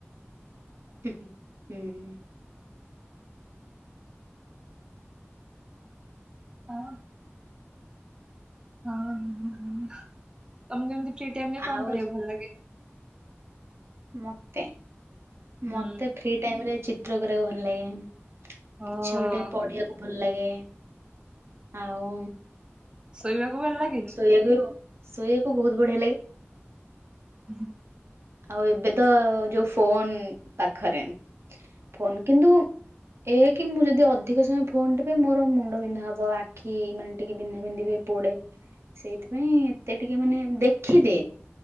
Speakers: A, on the right; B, on the right.
A: ହୁଁ-ହୁଁ-ହୁଁ-ହୁଁ
B: ହଁ। ହଁଁ ହୁଁ ହୁଁ ତମକୁ ଏମିତି ଫ୍ରି ଟାଇମରେ
A: ଆଉ
B: କଣ କରିବାକୁ ଭଲ ଲାଗେ?
A: ମତେ
B: ହୁଁ
A: ମତେ ଫ୍ରି ଟାଇମରେ ଚିତ୍ର କରିବାକୁ ଭଲ ଲାଗେ।
B: ଓ
A: କିଛି ଗୋଟେ ପଢିବାକୁ ଭଲ ଲାଗେ ଆଉ
B: ଶୋଇବାକୁ ଭଲ ଲାଗେ।
A: ଶୋଇବାକୁ ଶୋଇବାକୁ ବହୁତ ବଢିଆ ଲାଗେ।
B: <unintelligible>
A: ଆଉ ଏବେତ ଯୋଉ ଫୋନ ପାଖରେ ଫୋନ କିନ୍ତୁ ଏଆକି ମୁଁ ଯଦି ଅଧିକ ସମୟ ଫୋନଟିପେ ମୋର ମୁଣ୍ଡ ବିନ୍ଧା ହବ ଆଖି ମାନେ ଟିକେ ବିନ୍ଧା ବିନ୍ଧି ହୁଏ। ପୋଡେ ସେଇଥିପାଇଁ ଏତେ ଟିକିଏ ମାନେ ଦେଖିଦିଏ